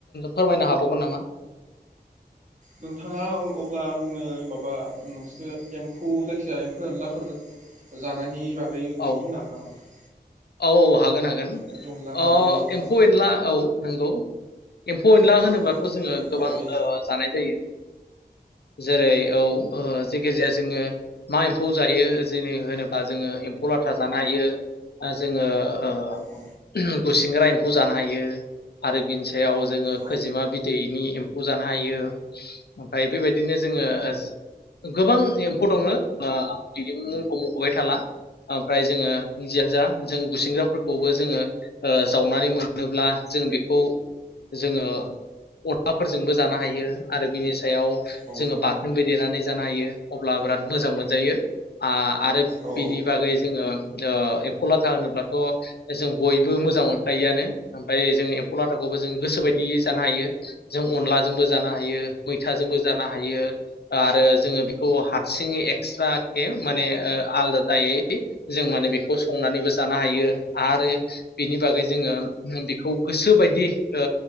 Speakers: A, on the left (about 70°); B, on the right (about 45°).
A: फोरमायनो हाबावगोन नामा?
B: नोंथाङा अब्ला आंनो माबा नोंसोर एम्फौ जायखिजाया एम्फौ एनलाफोर जानायनि बागै
A: औ
B: बुंनो हागोन नामा नोंथां
A: औ औ हागोन हागोन
B: एम्फौ एनला माबादि
A: ओ एम्फौ
B: औ
A: एनला औ नंगौ एम्फौ एनला
B: औ
A: होनोब्लाथ' जोङो गोबां
B: माबादि
A: ओ जानाय जायो। जेरै औ जेखि जाया जोङो मा एम्फौ जायो जि होनोब्ला बा जोङो थाजान नायो। ओ जोङो ओ
B: औ
A: गुसिंग्रा एम्फ खौ जानो हायो आरो बेनि सा याव जोङो
B: औ
A: खोजिमा बिदैनि ए् खौ जानो हायो ओमफ्राय बे बायदि बिदिनो जोङो ओ गोबां एम्फौ दङ ओ बिदि मुंखौ मख'बाय थाला ओमफ्राय जोङो जिया जा जों गुसिंग्राफोरखौ बो जोङो ओ जावनानै मोनोब्ला जों बेखौ जोङो अ खा फोरजोंबो जानो हायो आरो बिनि सायाव
B: औ
A: जोङो बाथोनबो देनानै जानो हायो अब्ला बिराद मोजां मोनजायो आ आरो
B: औ
A: बिनि बागै जोङो ओ एम्फौ लाथा होनोब्लाथ' जों बयबो मोजां मोनखायोआनो ओमफ्राय जों एम्फौ लाथाखौबो जों गोसोबायदियै जानो हायो जों अनलाजोंबो जानो हायो, मैथाजोंबो जानो हायो आरो जोङो बेखौ हारसिङै एक्सट्राखे माने ओ आलादायै जों माने बेखौ संनानैबो जानो हायो आरो बिनि बागै जोङो बेखौ गोसो बायदि ओ